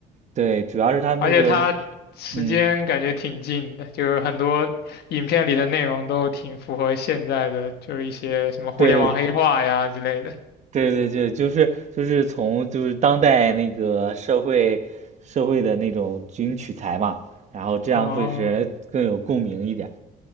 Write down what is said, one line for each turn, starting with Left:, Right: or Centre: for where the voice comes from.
Right: 对，主要是他那个，
Left: 而且它时间感觉挺近的，
Right: 嗯，
Left: 就是很多影片里的内容都挺符合现在的，就是一些什么互联网黑化呀之类的。
Right: 对，对对对，就是就是从就是当代那个社会社会的那种军取材嘛，然后这样会使人更有共鸣一点。
Left: 哦，